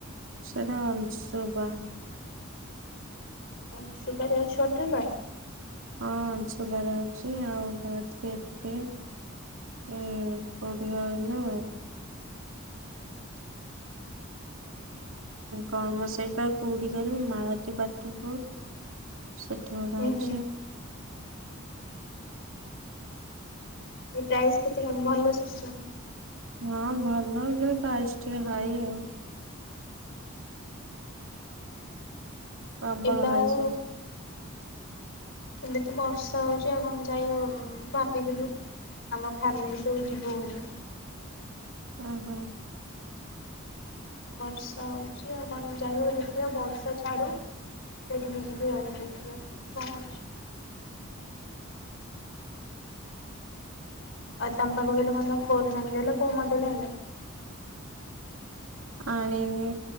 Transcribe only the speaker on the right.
ସେଟା ଅଂଶୁପା।
ହଁ ଅଂଶୁପା ରେ ଅଛି। ଆଉ ଗୋଟେ ଅଛି ଏଠି। ଏ କୋଉଠି କହିଲ? କଣ ମ ସେଇଟା କୋଉଠି କହିଲୁ ମାଳତୀ ପାଟପୁର ସେଇଠି ଗୋଟେ
ଅଛି।
ହଁ ଭଲ କିନ୍ତୁ ପ୍ରାଇସ୍ ଟିକେ ହାଇ ଆଉ। ପ୍ରବଳ
ହାଇ
ସେଠି।
ଅ ହଁ।
ଆଣିନି।